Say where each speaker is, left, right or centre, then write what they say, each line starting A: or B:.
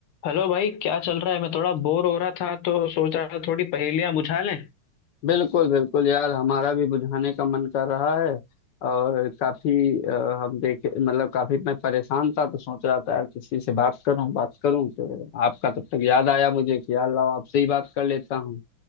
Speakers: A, on the left (about 80°); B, on the left (about 70°).
A: Hello भाई क्या चल रहा है मैं थोड़ा बोर हो रहा था तो सोच रहा था थोड़ी पहेलियां बुझा लें
B: बिल्कुल बिल्कुल यार हमारा भी बुझाने का मन कर रहा है और काफी अ, हम देखे मतलब काफी मैं परेशान था तो सोच रहा था यार किसी से बात करूं बात करूं तो आपका तब तक याद आया मुझे कि यार लाओ आपसे ही बात कर लेता हूं